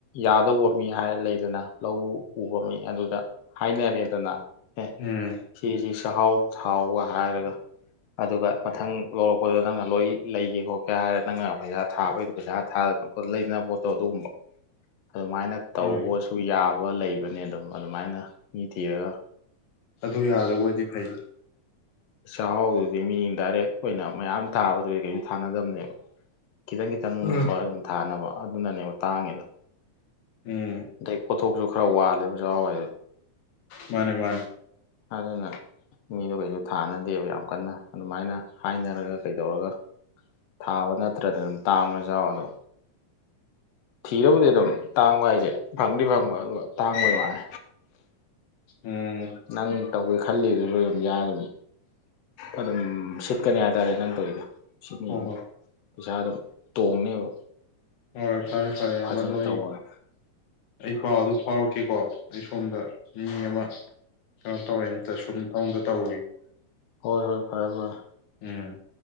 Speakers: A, on the left (about 60°); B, on the left (about 75°).
A: ꯌꯥꯗꯧꯕ ꯃꯤ ꯍꯥꯏꯔ ꯂꯩꯗꯅ ꯂꯧ ꯎꯕ ꯃꯤ ꯑꯗꯨꯗ ꯍꯥꯏꯅꯔꯦꯗꯅ ꯍ
B: ꯎꯝ
A: ꯁꯤꯁꯤ ꯁꯍꯥꯎ ꯊꯥꯎꯒ ꯍꯥꯏꯔꯒ ꯑꯗꯨꯒ ꯃꯊꯪ ꯂꯧꯔꯛꯄꯗꯨꯗ ꯅꯪꯅ ꯂꯣꯏ ꯂꯩꯒꯦ ꯈꯣ ꯀꯩ ꯍꯥꯏꯔꯦ ꯅꯪꯅ ꯄꯩꯁꯥ ꯊꯥꯕꯩꯗꯨꯣ ꯄꯩꯁꯥ ꯊꯥꯗꯅ ꯂꯩꯅ ꯄꯣꯠꯇꯣ ꯑꯗꯨꯒꯨꯝꯕ ꯑꯗꯨꯃꯥꯏꯅ ꯇꯧꯕꯁꯨ
B: ꯍꯣꯏ
A: ꯌꯥꯕ ꯂꯩꯕꯅꯦ ꯑꯗꯨꯝ ꯑꯗꯨꯃꯥꯏꯅ ꯃꯤ ꯊꯤꯔꯒ
B: ꯑꯗꯨ ꯌꯥꯗꯕ ꯑꯣꯏꯗꯤ ꯐꯩ
A: ꯆꯍꯤꯎꯗꯨꯗꯤ ꯃꯤꯟ ꯗꯥꯏꯔꯦꯛ ꯈ ꯑꯣꯏꯅ ꯃꯌꯥꯝ ꯊꯥꯕ <unintelligible> ꯊꯥꯅꯗꯕꯅꯦꯕ ꯈꯤꯇꯪ ꯈꯤꯇꯪꯒꯨꯝꯕ
B: ꯎꯝ
A: ꯑꯗꯨꯝ ꯊꯥꯅꯕ ꯑꯗꯨꯅꯅꯦꯕ ꯇꯥꯡꯉꯦꯗ
B: ꯎꯝ
A: ꯑꯗꯩ ꯄꯣꯊꯣꯛꯁꯨ ꯈꯔ ꯋꯥꯠꯂꯦ ꯑꯣꯖꯥ ꯍꯋ
B: ꯃꯥꯅꯦ ꯃꯥꯅꯦ
A: ꯑꯗꯨꯅ ꯃꯤꯗꯣ ꯀꯩꯁꯨ ꯊꯥꯅꯗꯦꯕ ꯌꯥꯝ ꯀꯟꯅ ꯑꯗꯨꯃꯥꯏꯅ ꯍꯥꯏꯅꯔꯒ ꯀꯩꯗꯧꯔꯒ ꯊꯥꯕ ꯅꯠꯇ꯭ꯔꯗꯤ ꯑꯗꯨꯝ ꯇꯥꯕ ꯌꯥ ꯑꯗꯣ ꯊꯤꯔꯕꯨꯗꯤ ꯑꯗꯨꯝ ꯇꯥꯡꯕ ꯍꯥꯏꯁꯦ ꯐꯪꯗꯤ ꯐꯪꯕ ꯑꯗꯨꯒ ꯇꯥꯡꯕꯩ ꯋꯥꯅꯤ
B: ꯎꯝ
A: ꯅꯪ ꯇꯧꯒꯦ ꯈꯜꯂꯤ ꯌꯥꯔꯨꯝ ꯑꯗꯨꯝ ꯁꯤꯠꯀꯅꯤ ꯍꯥꯏꯇꯥꯔꯦ ꯅꯪ ꯇꯧꯔꯤꯗꯣ ꯅꯤ
B: ꯍꯣꯏ
A: ꯑꯗꯨꯝ
B: ꯍꯣꯏ
A: ꯄꯁꯥꯗꯝ ꯇꯣꯡꯅꯦꯕ
B: ꯍꯣꯏ ꯐꯔꯦ ꯐꯔꯦ ꯌꯥꯝꯕ
A: ꯐꯖꯅ
B: ꯑꯗꯣ ꯑꯩ
A: ꯇꯧꯕꯗ
B: ꯑꯩ ꯄꯥꯎ ꯑꯗꯨꯝ ꯐꯥꯎꯔꯛꯀꯦꯀꯣ ꯑꯩ ꯁꯣꯝꯗ ꯃꯤ ꯑꯃ ꯀꯩꯅꯣ ꯇꯧꯔꯦꯅ ꯁꯨꯝ ꯊꯕꯛ ꯃꯇ ꯇꯧꯔꯨꯒꯤꯒꯦ
A: ꯍꯣꯏ ꯍꯣꯏ ꯐꯔꯦ ꯐꯔ‌ꯦ
B: ꯎꯝ